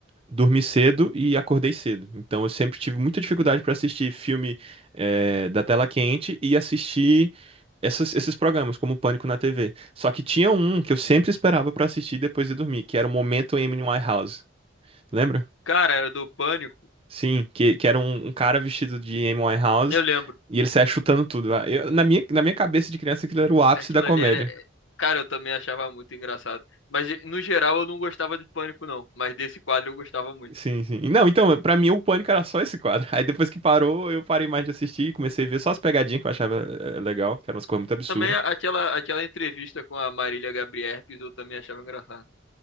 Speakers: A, on the right; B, on the left.
A: dormi cedo e acordei cedo. Então eu sempre tive muita dificuldade pra assistir filme, é, da tela quente e assistir. essas- esses programas, como o Pânico na TV. Só que tinha um que eu sempre esperava pra assistir depois de dormir, que era o Momento Amy Winehouse. Lembra?
B: Cara, eu dou pânico.
A: Sim, que, que era um, um cara vestido de Amy Winehouse
B: Eu lembro.
A: e ele saia chutando tudo. Ah, Eu- na minha, na minha cabeça de criança, aquilo era o ápice
B: Aquilo
A: da comédia.
B: ali era. é, Cara, eu também achava muito engraçado. Mas no geral eu não gostava de Pânico, não. Mas desse quadro eu gostava muito.
A: Sim, sim. Não, então, pra mim o Pânico era só esse quadro. <laughs> Aí depois que parou, eu parei mais de assistir e comecei a ver só as pegadinhas que eu achava eh, legal, que eram umas coisas muito absurdas.
B: Também aquela, aquela entrevista com a Marília Gabrielpes eu também achava engraçado.